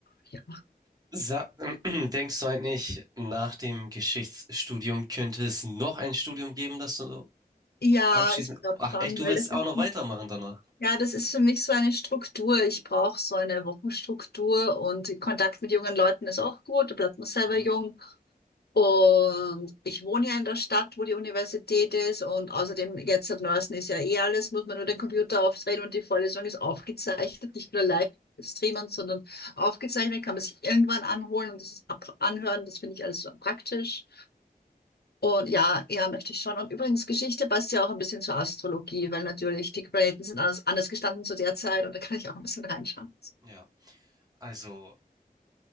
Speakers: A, on the left; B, on the right.
A: Ja,
B: Sa <clears throat> denkst du eigentlich, nach dem Geschichtsstudium könnte es noch ein Studium geben, das du
A: ja
B: abschließen?
A: ich glaube
B: Ach
A: schon,
B: echt, du
A: weil
B: willst
A: das ist
B: auch noch weitermachen danach?
A: Ja, das ist für mich so eine Struktur. Ich brauche so eine Wochenstruktur und Kontakt mit jungen Leuten ist auch gut. Da bleibt man selber
B: Mhm.
A: jung. Und ich wohne ja in der Stadt, wo die Universität ist. Und außerdem, jetzt seit neuestem ist ja eh alles, muss man nur den Computer aufdrehen und die Vorlesung ist aufgezeichnet. Nicht nur live streamen, sondern aufgezeichnet, kann man sich irgendwann anholen und das ist ab anhören. Das finde ich alles so praktisch. Und ja, ja, möchte ich schon. Und übrigens, Geschichte passt ja auch ein bisschen zur Astrologie, weil natürlich die Planeten sind anders, anders gestanden zu der Zeit und da kann ich auch ein bisschen reinschauen.
B: Ja, also